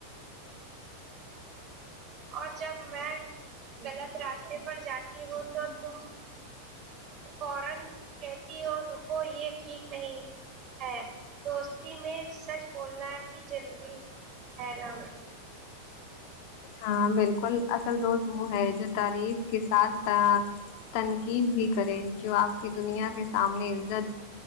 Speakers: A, on the right; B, on the left.
A: اور جب میں غلط راستے پر جاتی ہو تو تم فورن کہتی ہو روکو یہ ٹھیک نہیں ہے دوستی میں سچ بولنا بھی جروری ہے نا
B: ہاں بالکل اصل دوست وہ ہے جو تعریف کے ساتھ ت تنقیب بھی کرے جو آپ کی دنیا کے سامنے عزت